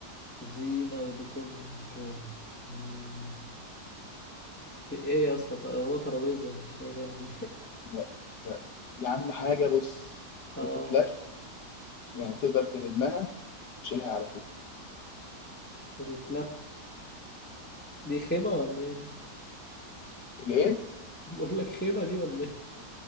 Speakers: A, in the centre; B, on the left (about 70°).
A: زينة وديكور للمكان مم. دي إيه يا اسطى؟ ط- هو ترابيزة مفيش حاجة تاني
B: لا لا يا عم حاجه بص
A: <laughs> آه
B: بتتلف يعني تقدر تلمها تشيلها على كتفك
A: بتتلف دي خيمة ولا إيه <laughs> دي؟
B: الايه
A: بقول لك خيمة دي ولا إيه؟